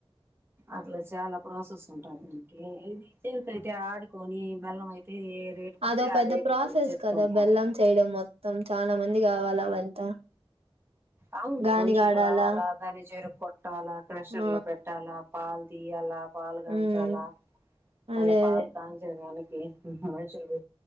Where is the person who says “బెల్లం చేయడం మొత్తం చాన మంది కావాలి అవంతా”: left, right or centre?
Right